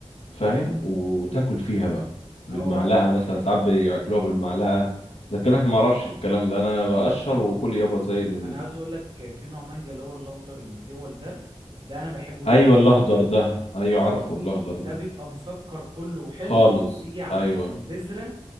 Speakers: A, on the left (about 75°); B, on the right (about 50°).
A: فاهم وتاكل فيها بقى بالمعلقه
B: اه اه
A: مثلا
B: ده حقيقي
A: ساعات بياكلوها بالمعلقه لكن احنا ما اعرفش الكلام ده انا بقشر وكل يابا زي ال...
B: انا عاوز اقول لك في نوع مانجا اللي هو الاخضر المتول ده ده انا بحبه ليه
A: ايوه الاخضر ده ايوه
B: اه
A: عارفه الاخضر
B: ده
A: ده
B: بيبقى مسكر كله وحلو
A: خالص
B: وتيجي عند
A: ايوه
B: البذرة